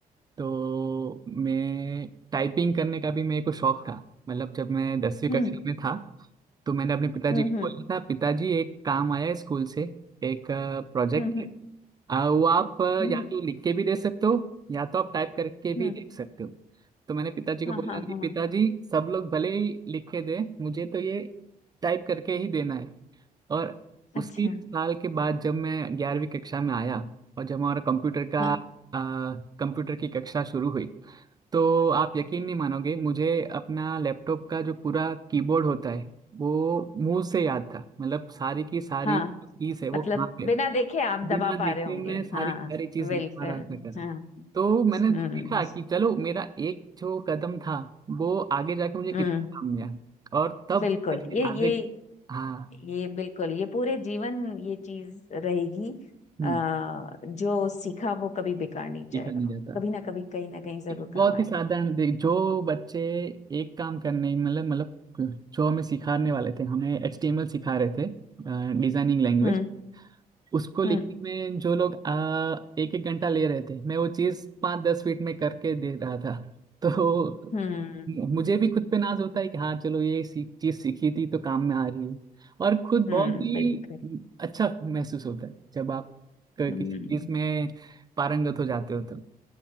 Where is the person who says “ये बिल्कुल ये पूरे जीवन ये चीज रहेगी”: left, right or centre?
Left